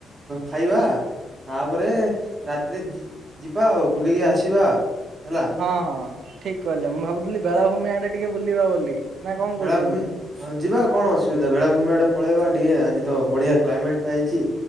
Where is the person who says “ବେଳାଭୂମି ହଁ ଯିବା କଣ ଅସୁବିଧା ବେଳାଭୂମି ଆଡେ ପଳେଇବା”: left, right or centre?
Right